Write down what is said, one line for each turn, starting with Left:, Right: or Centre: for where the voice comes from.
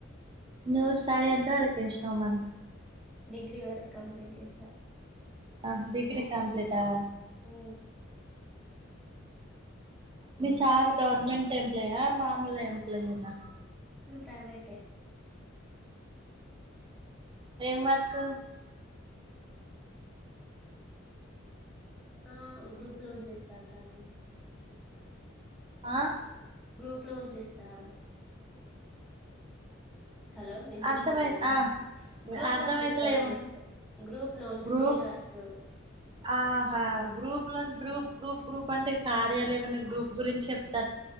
Right: నువ్ స్టాడీ ఎంత వరకు చేసినావు మరి
Centre: డిగ్రీ వరకు కంప్లీట్ చేసా
Right: ఆ డిగ్రీ కంప్లీట్ ఆ
Centre: హఓ
Right: మీ సార్ గవర్నమెంట్ ఎంప్లయ మామూలు ఎంప్లయనా
Centre: ప్రైవేట్
Right: ఏం వర్క్
Centre: ఆ గ్రూప్ లోన్స్ ఇస్తారు తను
Right: ఆ
Centre: గ్రూప్ లోన్స్ ఇస్తారు హలో వినిపించట్లేదా
Right: అర్థమై ఆ
Centre: గ్రూప్
Right: అర్థమైతలేము
Centre: లోన్స్స్టర్ sys group loans
Right: group
Centre: field work క
Right: ఆహా గ్రూప్ లో గ్రూప్ గ్రూప్ గ్రూప్ అంటే కార్యాలయంమన్నా గ్రూప్ గురించి చెప్